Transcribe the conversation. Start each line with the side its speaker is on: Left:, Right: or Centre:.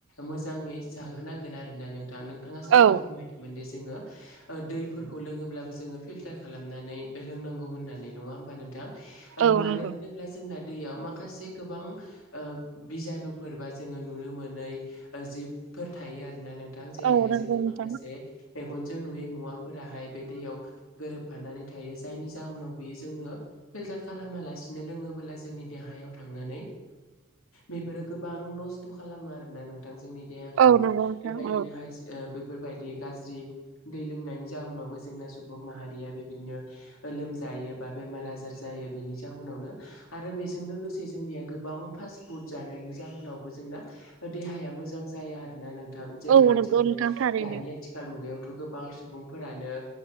Left: मोजाङै जा थाग्रोनांगोन आर ना नोंथां नोंथाङासो दहाय
Right: औ
Left: फोरमायदोंमोन जोङो दैफोरखौ लोङोब्लाबो जोङो फिल्टार खालामनानै लोंनांगौ होननानै नङा होमबा नों थां
Right: औ
Left: मानो
Right: नंगौ
Left: होनोब्ला जोंना दैयाव माखासे गोबां ओ बिजानु फोरबा जोङो नुनो मोनै जिबफोर थायो आरोना नों थां जेरैहाय
Right: औ नंगौ
Left: जोङो
Right: नोंथां
Left: माखासे मेगनजों नुयै मुवाफोराहाय बे दैयाव गोरोबफानानै थायो जायनि जाहोनाव बियो जोङो फिलटार खालामालासेनो लोङोबला जोंनि देहायाव थांनानै बेफोरो गोबां नस्थ' खालामो आरो ना नोंथां जोंनि देहाखौ
Right: औ नंगौ नोंथां
Left: बेबायदिनोहाय
Right: औ
Left: ओ बायदि गाज्रि दै लोंनायनि जाहोनावबो जोंना सुबुं माहारिया बेबायदिनो लोमजायो जायो बा बेमार आजार जायो बेनि जाहोनावनो आरो बेजों लोगोसे जोंनिया गोबां फास्ट फुड जानायनि जाहोनाव बो जोंना देहाया मोजां जाया ना आरो नों थां जेरैहाय
Right: औ नंगौ
Left: जोङो
Right: नोंथां थारैनो
Left: दानि आथिखाल मुगायावथ' गोबां सुबुंफोरानो